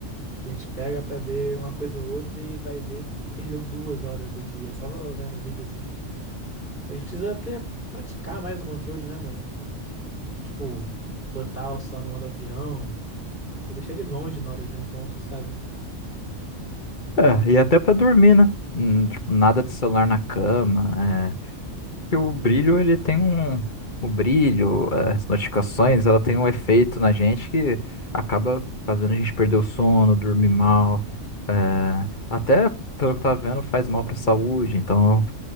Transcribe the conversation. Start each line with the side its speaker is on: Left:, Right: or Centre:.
Centre: A gente pega pra ver uma coisa ou outra e vai ver, perdeu duas horas do dia só vendo um videozinho. A gente precisa pre- praticar mais o controle, né, mano? Tipo, botar o celular no modo avião, ou deixar ele longe na hora de um encontro, sabe?
Left: É, e até pra dormir, né? Hum, tipo, nada de celular na cama. é, que o brilho, ele tem um. O brilho, as notificações, ela tem um efeito na gente que acaba fazendo a gente perder o sono, dormir mal. eh, até, pelo que eu tava vendo, faz mal pra saúde, então